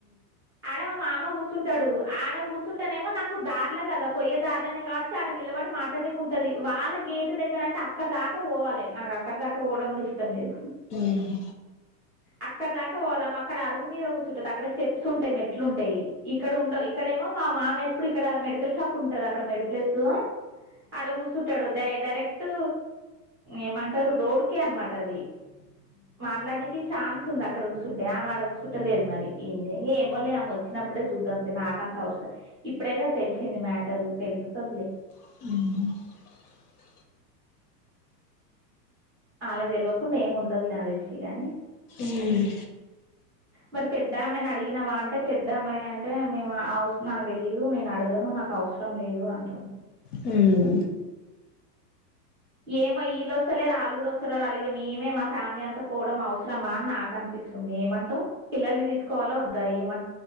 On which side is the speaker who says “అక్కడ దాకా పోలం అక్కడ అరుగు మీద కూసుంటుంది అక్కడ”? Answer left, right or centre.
Right